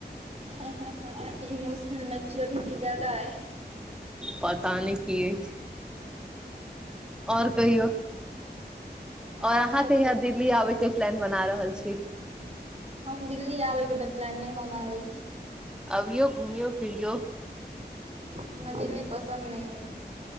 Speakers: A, on the right; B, in the centre.
A: ह ह ह इमोशनल मेच्योरिटी जादा अइ
B: पता नहि की अछि और कहियौ
A: आओर
B: और अहाँ
A: सब
B: कहिया
A: तऽ ठीक
B: दिल्ली आबे के प्लान बना रहल छी
A: हम दिल्ली आबैके तऽ प्लान नहि बनाबै छी
B: अबियौ घुमियौ फिरियौ
A: हमरा दिल्ली पसन्द नहि अइ